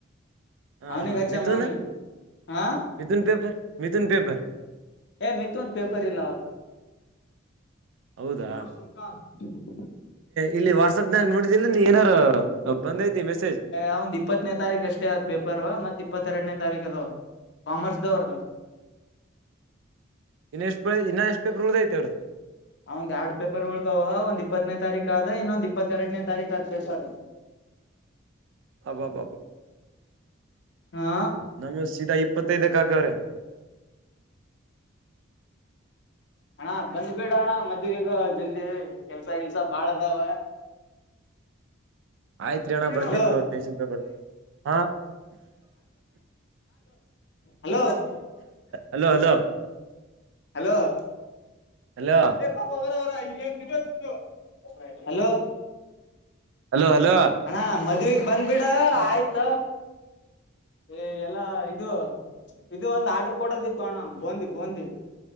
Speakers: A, on the right (about 70°); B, on the left (about 55°).
A: ಹಾ
B: ಅವ್ನಿಗ್
A: ಹಾ
B: ಹಚ್ಚಮ್ಮ
A: ಮಿಥುನ್
B: ಅವ್ನಿಗೆ ಹಾ
A: ಮಿಥುನ್ ಪೇಪರ್. ಮಿಥುನ್ ಪೇಪರ್.
B: ಎ ಮಿಥುನ್ ಪೇಪರ ಇಲ್ಲ ಅವತ್.
A: ಹೌದಾ
B: ಹ ಸುಲ್ತಾನ. <inaudible>
A: ಇಲ್ಲಿ ವಾಟ್ಸಪ್ನಾಗ ನೋಡಿದಿಲ್ಲ ನೀ ಏನಾರ ಬಂದೈತಿ ಮೆಸೇಜ್
B: ಅವಂದ್ ಇಪ್ಪತ್ತನೇ ತಾರೀಕ ಅಷ್ಟೇ ಅದ ಪೇಪರ್ ಮತ್ತ ಇಪ್ಪತ್ತೆರಡನೇ. ತಾರಿಕ್ ಇದಾವ ಕಾಮರ್ಸ್ದವ್ರದ.
A: ಇನ್ನ ಎಷ್ಟು ಇನ್ನ ಎಷ್ಟು ಪೇಪರ್ ಉಳ್ದೈತಿ ಅವ್ರದು.
B: ಅವಂದ್ ಎರಡ್ ಪೇಪರ್ ಉಳ್ದವ ಒಂದ್ ಇಪ್ಪತ್ತನೇ ತಾರೀಕ ಆದ ಇನ್ನೊಂದ್ ಇಪ್ಪತ್ತೆರಡನೇ ತಾರೀಕ ಆದ್ ಪೇಪರ್.
A: ಅಬಬಬ
B: ಹಾ
A: ನಮ ಸೀದಾ ಇಪ್ಪತ್ತು. ತ್ತದಕ್ಕಾಗ ಅವ್ರೆ.
B: ಅಣ್ಣಾ ಬಂದ್ಬೇಡೋಣ ಮತ್ತೆ. ಈಗ ಜಲ್ದಿ ಕೆಲ್ಸ ಗಿಲ್ಸ ಬಾಳದಾವ.
A: ಆಯ್ತ್ರಿ ಅಣ್ಣ ಬರ್ತೀನಿ
B: ಹಲೋ
A: ತೋ ಟೆನ್ಷನ್ ತಗೋ ಹಾ
B: hello
A: hello hello
B: hello <inaudible>
A: hello
B: ಏ ಪಾಪ ಅವರವರ ನ್ಂತತ್ತು <unintelligible> ಹಲೋ.
A: ಹಲೋ ಹಲೋ
B: ಅಣ್ಣಾ ಮದ್ವಿಗೆ ಬ್ಯಾಂಡ್ಬಿಡ್ಡ್ ಆಯ್ತ. ಈ ಎಲ್ಲ ಇದು ಇದು ಒಂದು ಆರ್ಡ್ರ ಕೊಡೋದಿತ್ತು ಅಣ್ಣ ಬೋಂಧಿ ಬೋಂಧಿ.